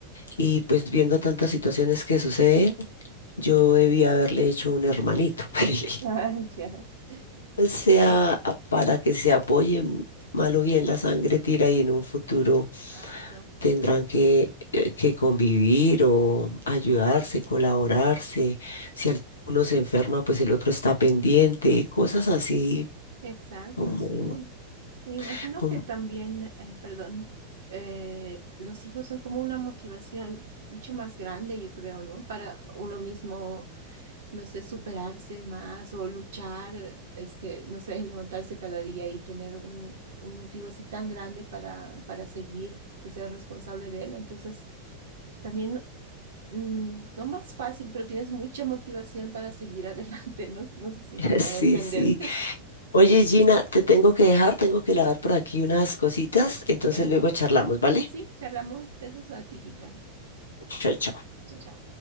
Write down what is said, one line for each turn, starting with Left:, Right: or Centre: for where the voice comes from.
Left: y pues viendo tantas situaciones que suceden, yo debía haberle hecho un hermanito. <laughs>
Right: Ah, ya.
Left: O
Right: Sí,
Left: sea, a- para que se apoyen, mal o bien la sangre tira y en un futuro
Right: exacto,
Left: tendrán que, eh, que convivir o ayudarse, colaborarse. Si alguno se enferma, pues el otro está pendiente, cosas así
Right: exacto,
Left: como,
Right: sí. Y me imagino
Left: como...
Right: que también, eh, perdón, eh, los hijos son como una motivación mucho más grande, yo creo, ¿no? Para uno mismo no sé, superarse más o luchar, eh, este, no sé, <laughs> en levantarse cada día y tener un, un motivo así tan grande para, para seguir, que ser responsable de él. Entonces, también, mm, no más fácil, pero tienes mucha motivación para seguir adelante. <laughs> No, no sé si
Left: <laughs>
Right: me
Left: Sí,
Right: hago entender.
Left: sí.
Right: <laughs>
Left: Oye, Gina, te tengo que dejar, tengo que lavar por aquí unas cositas, entonces
Right: Ok,
Left: luego charlamos, ¿vale?
Right: sí, charlamos. Besos a tu hijita.
Left: Chao, chao.
Right: Chao, chao.